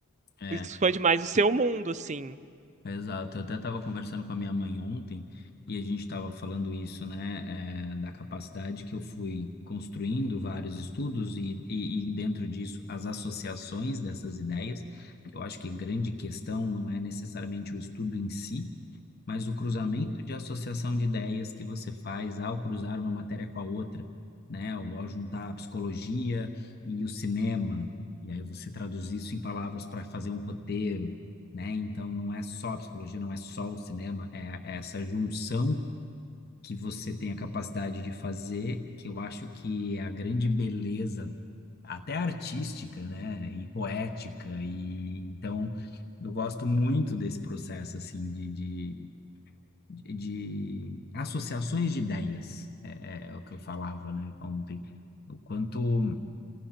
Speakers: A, on the left; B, on the right.
A: É,
B: expande mais o seu mundo, assim.
A: exato. Eu até estava conversando com a minha mãe ontem e a gente estava falando isso, né, é, da capacidade que eu fui construindo vários estudos e, e, e dentro disso as associações dessas ideias. Eu acho que a grande questão não é necessariamente o estudo em si, mas o cruzamento
B: Uhum.
A: de associação de ideias que você faz ao cruzar uma matéria com a outra, né? Ou ao juntar a psicologia e o cinema, e aí você traduz isso em palavras para fazer um roteiro, né? Então não é só a psicologia, não é só o cinema, é, é essa junção que você tem a capacidade de fazer, que eu acho que é a grande beleza, até artística, né? E poética, e então eu gosto muito desse processo assim de, de de, de associações de ideias, é, é é o que eu falava, né, ontem. O quanto